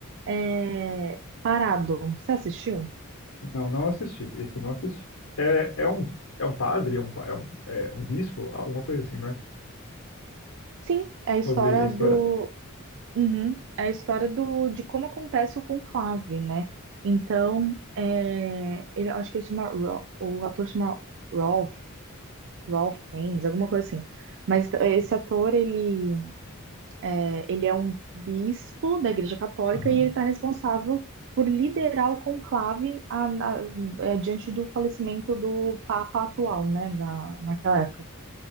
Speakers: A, on the right; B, on the left.
A: é, parado. Você assistiu?
B: Não, não assisti. Esse eu não assisti. É, é um, é um padre, é um, pa- é um, é um bispo, alguma coisa assim, não é?
A: Sim, é a
B: Sobre
A: história
B: a história.
A: do. Uhum, é a história do, de como acontece o conclave, né? Então, é, ele, acho que ele chama. Ro- O ator chama Rolf, Rolf Haines, alguma coisa assim. Mas esse ator, ele é, ele é um bispo da Igreja Católica
B: Aham.
A: e ele está responsável por liderar o conclave a- a- é, diante do falecimento do Papa atual, né? Na, naquela época.